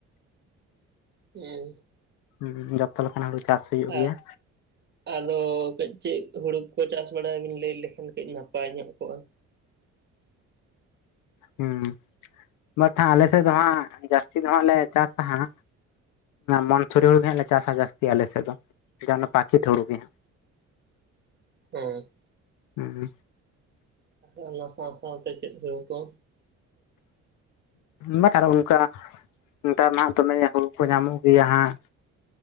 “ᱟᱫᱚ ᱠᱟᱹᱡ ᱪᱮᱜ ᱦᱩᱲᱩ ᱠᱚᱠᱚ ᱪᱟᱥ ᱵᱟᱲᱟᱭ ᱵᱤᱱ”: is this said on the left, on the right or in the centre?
Right